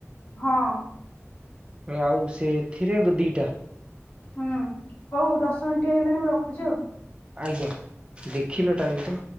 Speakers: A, on the left; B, on the right.
A: ହଁ।
B: ଆଉ ସେଥିରେ ଦିଟା?
A: ହୁଁ ହଉ ଦଶ ମିନିଟ ହେଇଗଲାଣି ମୁଁ ରଖୁଛି ଆଉ
B: ଆଜ୍ଞା ଦେଖିଲ ଟାଇମ ତ